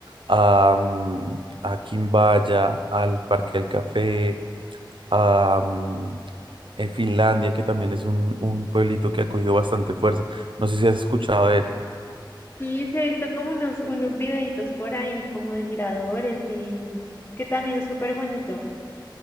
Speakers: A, on the right (about 80°); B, on the left (about 30°).
A: a, mm, a Quimbaya, al Parque del Café, a mm, eh, Finlandia, que también es un, un pueblito que ha cogido bastante fuerza. No sé si has escuchado de él.
B: Sí, sí, he visto como unos, unos videitos por ahí, como de miradores y que también es súper bonito.